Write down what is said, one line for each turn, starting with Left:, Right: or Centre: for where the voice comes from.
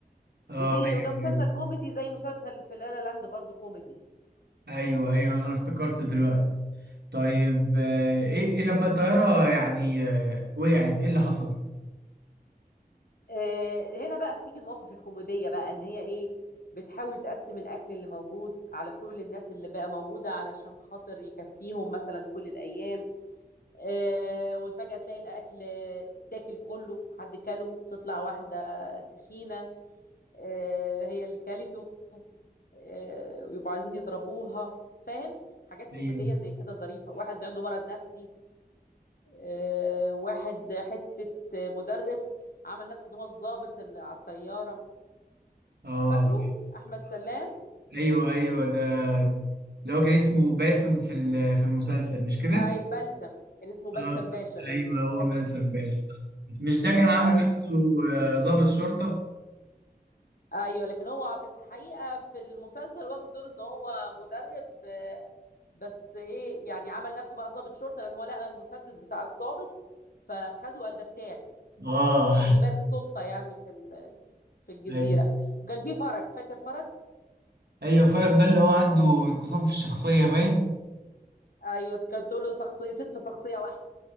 Right: اه
Left: ودي
Right: ايوه
Left: وده مسلسل كوميدي زي مسلسل في لا لا لاند برضه كوميدي
Right: ايوه ايوه أيوه. انا افتكرت دلوقتي طيب آه، ايه إيه لما الطياره يعني آه، وقعت ايه اللي حصل
Left: آه، هنا بقى بتيجي المواقف الكوميديه بقى ان هي ايه بتحاول تقسم الاكل اللي موجود على كل الناس اللي بقى موجوده علشان خاطر يكفيهم مثلا كل الايام آه، وفجاه تلاقي الاكل تاكل كله حد كله تطلع واحده تخينه آه، هي اللي كلته آه، ويبقوا عايزين يضربوها فاهم حاجات كوميدية
Right: ايوه
Left: زي كده ظريفة واحد عنده مرض نفسي آه، واحد حتة مدرب عمل نفسه ان هو الضابط اللي على الطيارة
Right: اه
Left: فاكره احمد سلام
Right: ايوه ايوه أيوة، ده اللي هو كان اسمه باسم في ال- في المسلسل مش كده
Left: اي بلسم كان اسمه بلسم
Right: اه
Left: باشا
Right: ايوه
Left: باين
Right: هو
Left: <laughs>
Right: باسم باشا مش ده كان عامل
Left: أي-
Right: نفسه آه، ضابط شرطه
Left: ايوه لكن هو في الحقيقه في المسلسل واخد دور ان هو مدرب آه، بس ايه يعني عمل نفسه بقى ضابط شرطه لان هو لقى المسدس بتاع الضابط فخده قال ده بتاعي
Right: اه
Left: عشان يمارس سلطه يعني في ال- في الجزيره
Right: ايوه
Left: وكان في فرج فاكر فرج
Right: ايوه فرق ده اللي هو عنده انقسام في الشخصيه باين
Left: ايوه كانت تقول له شخصيتين في شخصيه واحده